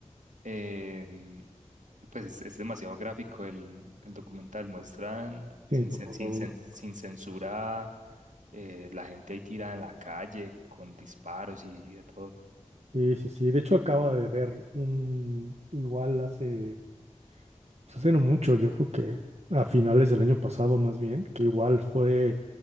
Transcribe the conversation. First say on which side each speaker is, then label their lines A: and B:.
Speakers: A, on the right; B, on the right.
A: el- pues es, es demasiado gráfico el, el documental, muestran
B: Sí,
A: sin, cen-
B: no, no
A: sin,
B: lo dudo.
A: cen- sin censura, eh, la gente ahí tirada en la calle con disparos y, y de todo.
B: Sí, sí, sí. De hecho, acaba de ver un, igual hace, pues, hace no mucho, yo creo que a finales del año pasado más bien, que igual fue